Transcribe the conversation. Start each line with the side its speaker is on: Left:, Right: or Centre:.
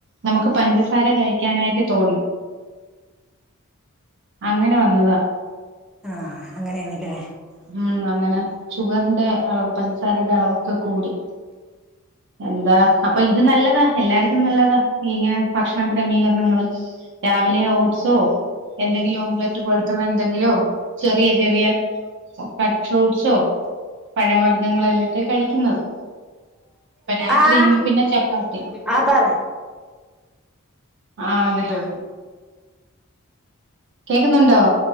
Right: നമക്ക് പഞ്ചസാര കഴിക്ക്യാനായിട്ട് തോന്നും അങ്ങന വന്നതാ
Centre: ആ അങ്ങനെണ്ല്ലേ
Right: ഉം അങ്ങനെ ഷുഗറിന്റെ അളവ് പഞ്ചസാരെടെ അളവൊക്കെ കൂടി എന്താ അപ്പം ഇത് നല്ലതാ എല്ലാർക്കും നല്ലതാ ഇങ്ങനെ ഭക്ഷണ ക്രമീകരണങ്ങള് രാവിലെയോ സോ എന്തെങ്കിലും ഓംലറ്റ് പോലെത്തെ എന്തെങ്കിലോ ചെറിയ ചെറിയ ഫ ഫ്രൂട്ട്സോ പഴവർഗങ്ങളെല്ലൊക്കെ കഴിക്ക്ന്നത് ഇപ്പം രാത്രി
Centre: ആഹ്
Right: ഇ പിന്നെ ചപ്പാത്തി
Centre: ആഹ് പറ
Right: ആ അതെ
Centre: ഇത്
Right: കേക്കുന്നുണ്ടോ